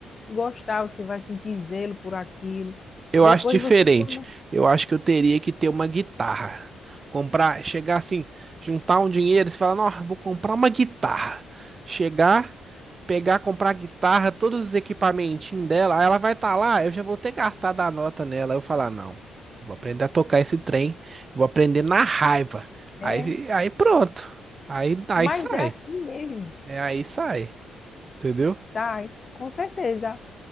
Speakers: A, on the left (about 35°); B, on the right (about 35°).
A: gostar, você vai sentir zelo por aquilo.
B: Eu
A: Depois
B: acho diferente.
A: você começa.
B: Eu acho que eu teria que ter uma guitarra. Comprar, chegar assim, juntar um dinheiro, e falar, não, vou comprar uma guitarra. Chegar, pegar, comprar a guitarra, todos os equipamentinhos dela, aí ela vai estar lá, eu já vou ter gastado a nota nela. Aí Eu falar, não, eu vou aprender a tocar esse trem, vou aprender na raiva.
A: É,
B: Aí, aí pronto. Aí, aí
A: mas
B: sai.
A: é assim mesmo.
B: É aí sai. Entendeu?
A: Sai, com certeza.